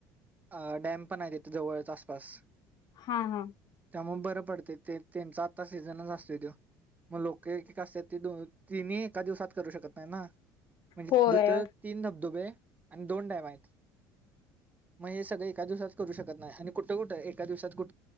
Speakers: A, on the right; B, on the left.
A: अ डॅम पण हाय तथ जवळच आसपास.
B: हा हा
A: त्यामुळे बरं पडतंय ते त्यांचा आता सीझनच असतो तो. मग लोक एक एक असतात ती दो तिन्ही एका दिवसात करू शकत नाय ना. म्हणजे
B: होय
A: <inaudible> तीन धबधबे आणि दोन डॅम हायत. मग हे सगळं एका दिवसात करू शकत नाय आणि कुठं कुठं एका दिवसात कु